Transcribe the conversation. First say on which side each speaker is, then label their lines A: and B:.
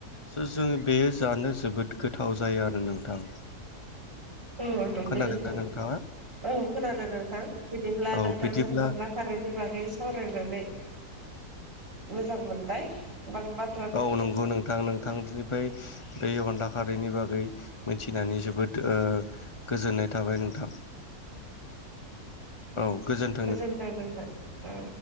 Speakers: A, on the left; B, on the right.
A: स जों बेयो जानो जोबोद गोथाव जायो आरो नोंथां
B: औ दंबो
A: खोनादोंना
B: नोंथां
A: नोंथाङा
B: औ खोनादों नोंथां बिदिब्ला
A: औ
B: नोंथांजों
A: बिदिब्ला
B: अनला खारैनि बागै सावरायनानै मोजां मोनबाय <unintelligible>
A: औ नंगौ नोंथां नोंथांनिफ्राय बे अनला खारैनि बागै मिथिनानै जोबोद ओ गोजोननाय थाबाय नोंथां औ गोजोन
B: गोजोन्थों नोंथां औ